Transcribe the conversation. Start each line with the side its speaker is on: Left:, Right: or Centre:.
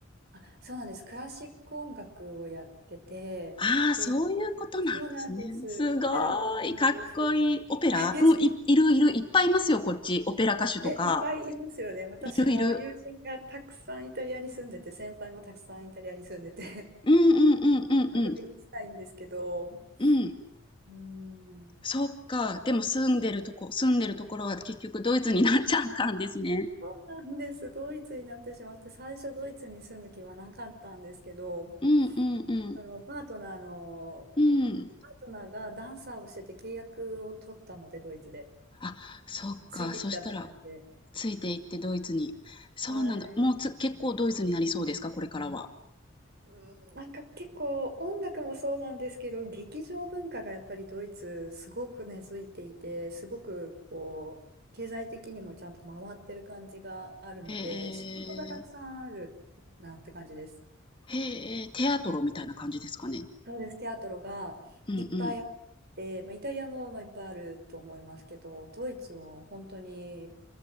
Right: あ、そうなんです。クラシック音楽をやってて、
Left: ああ、
Right: で、
Left: そういうことなんですね。
Right: そうなんです。
Left: すごーい、
Right: オペラを勉強して、
Left: かっこいい。オペラうん、
Right: <laughs> はい
Left: いいるいる、いっぱいいますよ、こっち。オペラ歌手とか。
Right: ね、いっぱいいますよね。私も友人がたくさんイタリアに住んでて、
Left: いるいる。
Right: 先輩もたくさんイタリアに住んでて
Left: うんうんうんうんうん。
Right: <laughs> 遊びに行きたいんですけど、
Left: うん。
Right: うん、
Left: そっか、でも住んでるとこ住んでるところは結局ドイツになっちゃったんですね。
Right: そうなんです。ドイツになってしまって、最初ドイツに住む気はなかったんですけど、
Left: うんうんうん。
Right: あのパートナーの、
Left: うん。
Right: パートナーがダンサーをしてて契約を取ったので、ドイツで。
Left: あ、そっか、
Right: ついてきたって感じで。
Left: そしたら、ついていってドイツに。そうなんだ。
Right: はい。
Left: もう、つ結構ドイツになりそうですか？これからは。
Right: うんなんか結構音楽もそうなんですけど、劇場文化がやっぱりドイツすごく根付いていて、すごくこう、経済的にもちゃんと回ってる感じがあるので、
Left: へえ。
Right: 仕事がたくさんあるなって感じです。
Left: へえ、テアトロみたいな感じですかね？
Right: そうです、テアトロがいっぱいあって、
Left: うんうん。
Right: まあ、イタリアもまあいっぱいあると思いますけど、ドイツも本当に